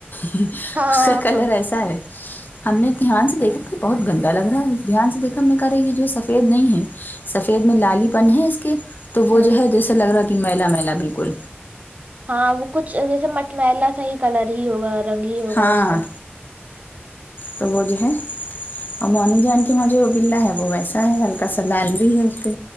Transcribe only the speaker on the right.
ہاں
ہاں
ہ
ہاں وہ کچھ جیسے مٹ ملا سا ہی کلر ہی ہوگا رنگ ہی ہوگا
اس کا